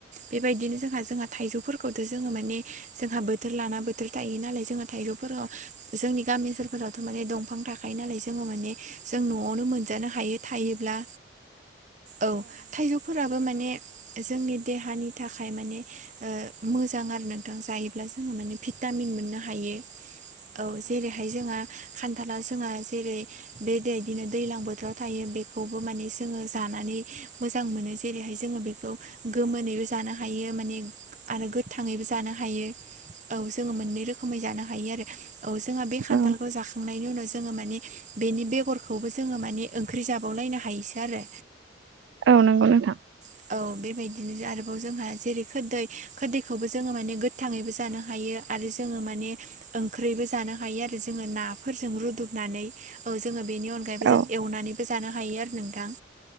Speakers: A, on the right; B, on the right.
A: बेबायदिनो जोंहा जोंहा थाइजौफोरखौथ' जोङो माने जोंहा बोथोर लाना बोथोर थायो नालाय जोंङहा थाइजौफोराव जोंनि गामि ओनसोलफोरावथ' माने दंफां थाखायो नालाय जोङो माने जों न'आव नआव नो मोनजानो हायो थायोब्ला। औ थाइजौ फोराबो माने जोंनि देहानि थाखाय माने मोजां आरो नोंथां जायोब्ला जोङो माने भिटामिन मोननो हायो औ जेरैहाय जोंहा खान्थला जोंहा जेरै बे दै बिदिनो दैज्लां बोथोराव थायो। बेखौबो माने जोङो जानानै मोजां मोनो जेरैहाय जोङो बेखौ गोमोनैबो जानो हायो माने आरो गोथाङैबो जानो हायो औ जोङो मोननै रोखोमै जानो हायो आरो औ जोंहा बे खान्थालखौ
B: औ
A: जाखां खांनायनि उनाव जोङो माने बेनि बेगरखौबो जोङो माने ओंख्रि जाबावलायनो हायोसो आरो।
B: औ नंगौ नोंथां
A: औ औ बेबायदिनो आरोबाव जोंहा जेरै खोरदै खोरदैखौबो जोङो माने गोथाङैबो जानो हायो आरो जोङो माने ओंख्रैबो जानो हायो आरो जोङो नाफोरजों रुदुबनानै औ जोङो बेनि अनगायैबो
B: औ
A: जों एवनानैबो जानो हायो आरो नोंथां